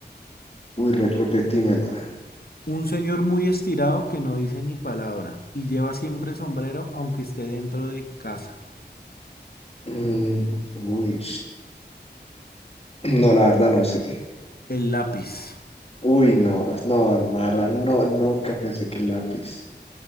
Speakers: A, on the left (about 30°); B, on the left (about 60°).
A: Uy, re- repetímela.
B: Un señor muy estirado que no dice ni palabra y lleva siempre sombrero, aunque esté dentro de casa.
A: Mm, uy. No, la verdad no sé.
B: El lápiz.
A: Uy, no, no, la verdad, no, nunca pensé que el lápiz.